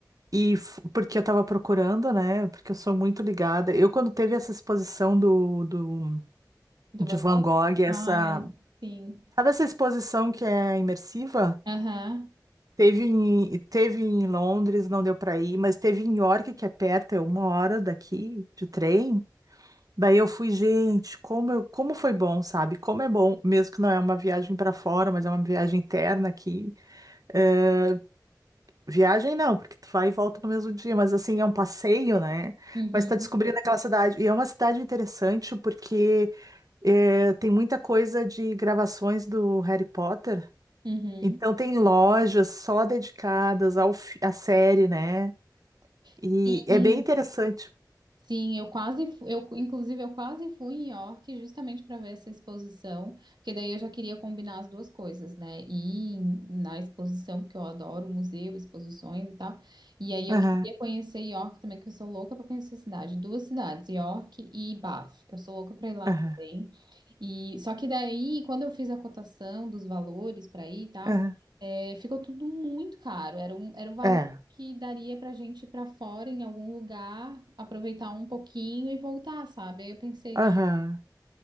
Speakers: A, on the right; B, on the right.
A: e f- porque eu tava procurando, né? Porque eu sou muito ligada. Eu, quando teve essa exposição do, do,
B: Do
A: de
B: Vai-
A: Van Gogh, essa.
B: Ai, sim.
A: Sabe essa exposição que é imersiva?
B: Aham.
A: Teve em, teve em Londres, não deu para ir, mas teve em York, que é perto, é uma hora daqui de trem. Daí eu fui, gente, como, eu- como foi bom, sabe? Como é bom, mesmo que não é uma viagem para fora, mas é uma viagem interna aqui. Eh, viagem não, porque tu vai e volta no mesmo dia, mas assim, é um passeio, né?
B: Uhum.
A: Mas tá descobrindo aquela cidade. E é uma cidade interessante porque eh, tem muita coisa de gravações do Harry Potter.
B: Uhum.
A: Então tem lojas só dedicadas ao, fi- à série, né? E
B: Sim.
A: é bem interessante.
B: Sim, eu quase, fu- eu, inclusive, eu quase fui em York justamente para ver essa exposição, porque daí eu já queria combinar as duas coisas, né? Ir na exposição, porque eu adoro museu, exposições e tal. E aí eu
A: Aham,
B: queria conhecer York também, que eu sou louca para conhecer a cidade. Duas cidades, York e Bath. Eu sou louca para ir lá
A: aham,
B: também. E só que daí, quando eu fiz a cotação dos valores para ir e tal,
A: aham.
B: eh, ficou tudo muito caro. Era um, era o valor
A: É.
B: que daria pra gente ir pra fora em algum lugar, aproveitar um pouquinho e voltar, sabe? Aí eu pensei,
A: Aham,
B: ah,